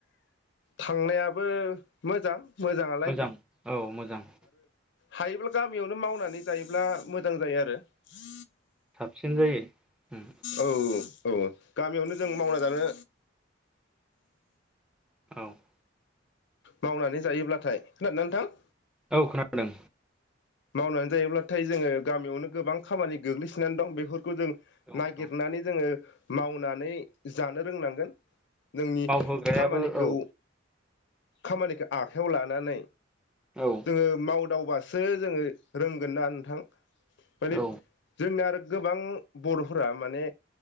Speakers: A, on the left; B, in the centre.
A: थांनायाबो मोजां । मोजाङालाय
B: मोजां
A: ।
B: औ मोजां ।
A: हायोब्ला गामियावनो मावनानै जायोब्ला मोजां जायो आरो ।
B: साबसिन जायो उम ।
A: औ औ गामियावनो जों मावना जानो
B: औ ।
A: मावनानै जायोब्लाथाय खोनादोना नोंथां?
B: औ खोनादों।
A: मावनानै जायोब्लाथाय जोङो गामियावनो गोबां खामानि गोग्लैसानै दं बेफोर खौ जों
B: औ
A: नागिरनानै
B: औ
A: जोङो मावनानै जानो रोंनांगोन । नोंनि
B: मावहोग्रायाबो
A: खामानिखौ
B: औ
A: खामानिखौ आखाइयाव लानानै
B: औ
A: जोङो मावदावबासो जोंङो रोंगोन ना नोंथां। माने
B: औ
A: जोंना आरो गोबां बरफोरा माने